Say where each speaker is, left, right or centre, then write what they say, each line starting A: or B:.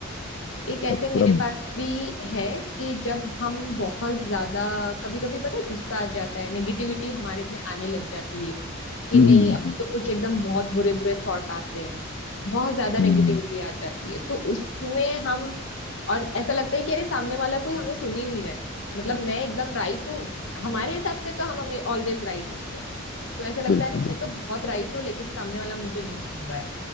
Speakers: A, on the left; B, on the left.
A: एक ऐसे
B: और
A: मेरे
B: पूरा हम्म
A: पास भी है कि जब हम बहुत ज्यादा कभी कभी पता है गुस्सा आ जाता है नेगेटिविटी हमारे में आने लग जाती है कि
B: हम्म
A: नहीं
B: हम्म,
A: अब तो कुछ एकदम बहुत बुरे बुरे थॉट आते हैं बहुत ज्यादा नेगेटिविटी
B: हम्म,
A: आ जाती है तो उसमें हम और ऐसा लगता है कि अरे सामने वाला कोई हमें सुन ही नहीं रहा है मतलब मैं एकदम राइट हूँ हमारे हिसाब से तो हम हमें ऑलवेज राइट होते हैं तो ऐसा लगता
B: बिल्कुल
A: है अरे मैं
B: बिल्कुल
A: तो बहुत राइट हूँ लेकिन सामने वाला मुझे नहीं सुन रहा है